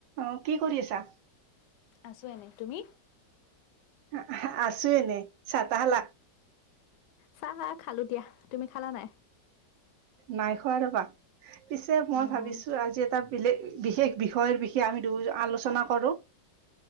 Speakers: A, on the right; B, on the left.
A: অ', কি কৰি আছা?
B: আছো এনে তুমি?
A: আহা আছে এনে চাহ তাহ খালা?
B: চাহ হা খালোঁ দিয়া। তুমি খালা নে নাই?
A: নাই খোৱা ৰ'বা, পিছে মই
B: অ'
A: ভাবিছো আজি এটা <unintelligible> বিশেষ বিষয়ৰ বিষয়ে আমি দুয়ো আলোচনা কৰো।